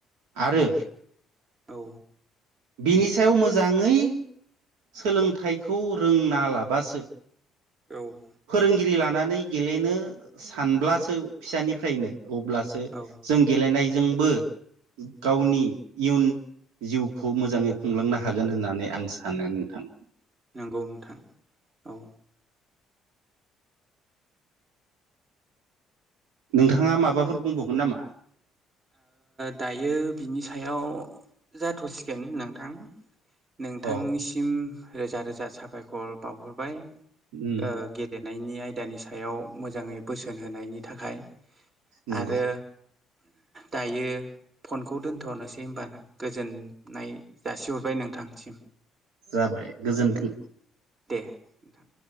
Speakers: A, on the right; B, on the right.
A: आरो
B: औ
A: बिनि सायाव मोजाङै सोलोंथाइखौ रोंना लाबासो
B: औ
A: फोरोंगिरि लानानै गेलेनो सानब्लासो फिसानिफ्रायनो अब्लासो
B: औ
A: जों गेलेनायजोंबो गावनि इयुन जिउखौ मोजाङै खुंलांनो हागोन होननानै आं सानो नोंथां।
B: नंगौ नोथां औ।
A: नोंथाङा माबाफोर बुंबावगोन नामा?
B: दायो बिनि सायाव जाथ'सिगोन नोंथां। नोंथांनिसिम
A: अ
B: रोजा रोजा साबायखर बावहरबाय।
A: उम
B: ओ गेलेनायनि आयदानि सायाव मोजाङै बोसोन होनायनि थाखाय।
A: नंगौ
B: आरो दायो फनखौ दोन्थ'रनोसै हबा गोजोननाय जासिहरबाय नोंथांसिम।
A: जाबाय गोजोन्थों।
B: दे नोंथां।